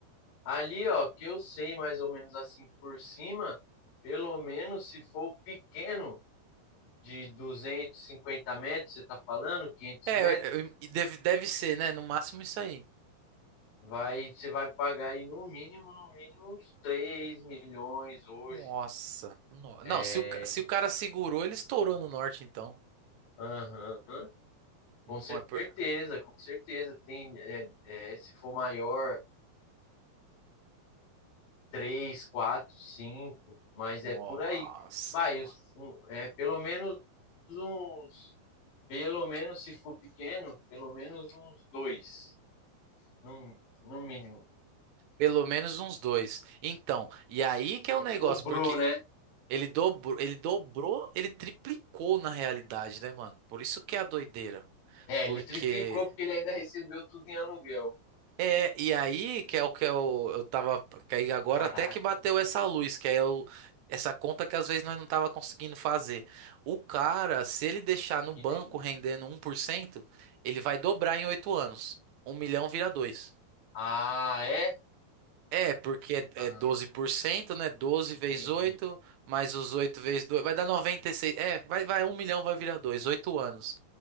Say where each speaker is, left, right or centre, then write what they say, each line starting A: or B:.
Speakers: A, on the left (about 60°); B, on the right (about 70°).
A: Ali, ó, que eu sei mais ou menos assim por cima, pelo menos se for pequeno, de 250 metros, você tá falando, 500
B: É,
A: metros,
B: eu- eu- e deve, deve ser, né? No máximo isso aí.
A: vai, você vai pagar aí no mínimo, no mínimo uns 3 milhões hoje.
B: Nossa. no-
A: É,
B: Não, se o, ca- se o cara segurou, ele estourou no norte, então.
A: Aham, com
B: Não
A: certeza,
B: é por...
A: com certeza. Tem, é, é, se for maior, 3 4 5 mas
B: Nossa,
A: é por aí. Vai, os- um, é, pelo menos uns Pelo menos, se for pequeno, pelo menos uns dois, no, no mínimo.
B: Pelo menos uns dois. Então, e aí que é o negócio,
A: Dobrou,
B: porque
A: né?
B: ele dobrou, ele dobrou, ele triplicou na realidade, né, mano? Por isso que é a doideira.
A: É,
B: Porque
A: ele triplicou porque ele ainda recebeu tudo em aluguel.
B: é, e aí que é o que eu, eu tava, que aí agora
A: Caraca,
B: até que bateu essa luz, que é o, essa conta que às vezes nós não tava conseguindo fazer. O cara, se ele deixar no
A: que
B: banco
A: negócio.
B: rendendo um por cento ele vai dobrar em oito anos. Um milhão vira dois
A: Ah, é?
B: É, porque é
A: Ah,
B: é 12%, né? Doze
A: entendi.
B: vezes oito mais os 8 vezes 2 vai dar 96. É, vai, vai, 1 milhão vai virar 2 8 anos.